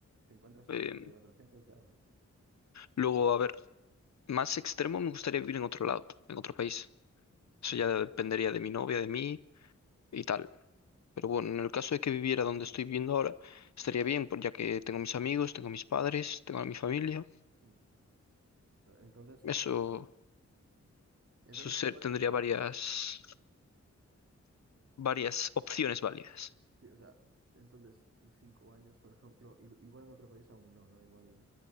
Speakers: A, on the right; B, on the left.
A: si encuentras
B: eh,
A: una acción de cuatrocientos llámame.
B: luego, a ver, más extremo me gustaría vivir en otro lado, en otro país. Eso
A: Nosotros,
B: ya dependería de mi novia, de mí y tal. Pero bueno, en el caso de que viviera donde estoy viviendo ahora, estaría bien, por- ya que tengo mis amigos, tengo mis padres, tengo a mi familia.
A: mm. Entonces,
B: Eso,
A: entonces
B: eso ser-
A: igual.
B: tendría varias, varias opciones válidas.
A: Sí, o sea, entonces, en cinco años, por ejemplo, i- igual en otro país aún no, ¿no? Igual